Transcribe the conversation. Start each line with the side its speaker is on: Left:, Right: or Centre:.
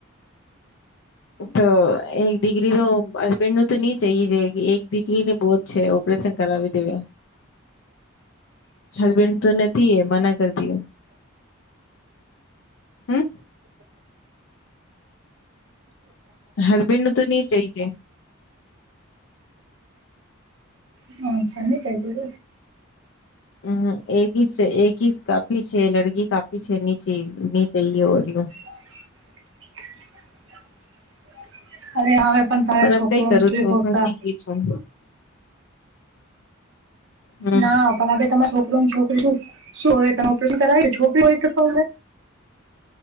Left: તો એક ડિગ્રી તો અરબેન નું તો નહી ચઇ જે એક દીકરીને બહ જ છે ઓપરેશન કરાવી દેવા હસબેન્ડ તોને મના કરતીય હમ હસબેન્ડ નું તો નહી જઈ જાય
Right: હમ ચને ત જું
Left: હમ એક છે એક કાફી છે લડકી કાફી છે નીચ ની ચએ યું
Right: <unintelligible> અરે હવે પણ તારે
Left: મતલબ
Right: છોકરોને
Left: કઈ કરું
Right: ફ્રીતા
Left: છું ભણતી ગઈ છું હમ
Right: ના પણ હ તમારા છોકરી ને છોકરી શું શું હોય તને ઓપરેશન કરાવ છોકરી હોય તો તો